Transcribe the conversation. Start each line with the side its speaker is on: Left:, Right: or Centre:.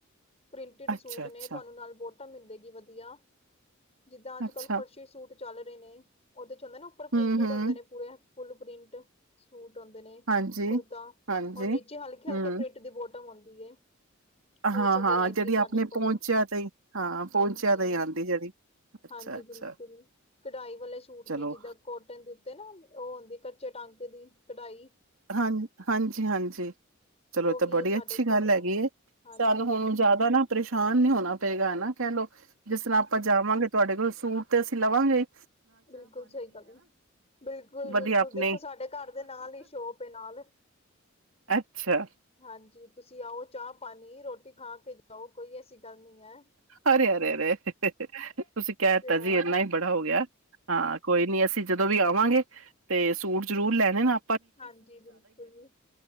Left: ਪ੍ਰਿੰਟਿਡ
Right: ਅੱਛਾ-ਅੱਛਾ,
Left: ਸੂਟ ਨੇ। ਤੁਹਾਨੂੰ ਨਾਲ ਬੋਟਾਮ ਮਿਲੇਗੀ ਵਧੀਆ। ਜਿਦਾਂ ਅਜ
Right: ਅੱਛਾ
Left: ਕਲ, ਫਰਸ਼ੀ ਸੂਟ ਚਲ ਰਹੇ ਨੇ। ਉਹਦੇ ਚ ਹੁਦੇ ਨਾ, ਉਪਰ ਪ੍ਰਿੰਟਿਡ
Right: ਹੂੰ-ਹੂੰ,
Left: ਹੁਦੇ ਨੇ, ਪੂਰੇ। ਫੁੱਲ ਪ੍ਰਿੰਟ ਸੂਟ, ਆਉਦੇ ਨੇ।
Right: ਹਾਂਜੀ,
Left: ਕੁੜਤਾ
Right: ਹਾਂਜੀ,
Left: ਔਰ ਨੀਚੇ, ਹਲਕੇ-
Right: ਹੂੰ,
Left: ਹਲਕੀ ਪ੍ਰਿੰਟ ਦੀ ਬੋਰਡਰ। ਬੋਟਮ ਆਉਦੀ ਏ। ਉਹ
Right: ਹਾਂ-ਹਾਂ
Left: ਸਭ, ਵਰਾਇਟੀ,
Right: ਜਿਹੜੀ
Left: ਸਾਡੇ
Right: ਆਪਣੇ
Left: ਕੋਲ
Right: ਪਹੁੰਚਿਆ
Left: ਆ,
Right: ਤੇ ਹੀ ਹਾਂ ਪਹੁੰਚਿਆ
Left: ਹਾਂਜੀ।
Right: ਤੇ ਹੀ ਆਂਦੀ ਜਿਹੜੀ ਅੱਛਾ-ਅੱਛਾ
Left: ਹਾਂਜੀ, ਬਿਲਕੁਲ। ਕਢਾਈ ਵਾਲੇ, ਸੂਟ
Right: ਚਲੋ
Left: ਨੇ ਜਿੱਦਾਂ ਕੋਟਨ ਦੇ ਉਤੇ, ਨਾ ਉਹ ਹੁਦੀ, ਕਚੇ ਟਾਂਕੇ ਦੀ ਕਢਾਈ।
Right: ਹਾਂ, ਹਾਂਜੀ- ਹਾਂਜੀ। ਚਲੋ ਏ
Left: ਉਹ
Right: ਤਾਂ,
Left: ਵੀ
Right: ਬੜੀ
Left: ਹੈ ਸਾਡੇ
Right: ਅਛੀ ਗਲ
Left: ਕੋਲ
Right: ਹੈਗੀ ਹੈ।
Left: ਹਾਂਜੀ
Right: ਸਾਨੂੰ ਹੁਣ ਜਿਆਦਾ ਨਾ। ਪਰੇਸ਼ਾਨ ਨੀ, ਹੋਣਾ ਪਏਗਾ। ਹਨਾ, ਕਹਿ ਲਓ ਜਿਸ ਤਰਾਂ। ਆਪਾ ਸੁਣਾਵਾਂਗੇ ਵੀ ਤੁਹਾਡੇ ਕੋਲ। ਸੂਟ ਤੇ ਅਸੀ ਲਵਾਗੇ ਹੀ।
Left: ਬਿਲਕੁਲ ਸਹੀ ਗਲ ਐ। ਬਿਲਕੁਲ-
Right: ਵਧੀਆ
Left: ਬਿਲਕੁਲ
Right: ਆਪਣੀ
Left: ਦੇਖੋ ਸਾਡੇ, ਘਰ ਦੇ ਨਾਲ ਹੀ ਸ਼ੋਪ। ਤੇ ਨਾਲ।
Right: ਅੱਛਾ
Left: ਹਾਂਜੀ, ਤੁਸੀ ਆਓ। ਚਾਹ- ਪਾਣੀ, ਰੋਟੀ ਖਾ ਕੇ ਜਾਓ। ਕੋਈ ਐਸੀ ਗਲ ਨਹੀ ਹੈ।
Right: ਹਰੇ, ਹਰੇ, ਅਰੇ। ਤੁਸੀ ਕਹਿ
Left: ਤੇ
Right: ਤਾ
Left: ਹੋਰ
Right: ਜੀ, ਇਨਾ ਹੀ। ਬੜਾ ਹੋ ਗਿਆ। ਹਾਂ, ਕੋਈ ਨੀ। ਅਸੀ ਜਦੋ ਵੀ ਆਵਾਗੇ। ਤੇ ਸੂਟ ਜਰੂਰ ਲੈਣੇ ਨਾ।
Left: ਹਾਂਜੀ, ਬਿਲਕੁਲ ਜੀ,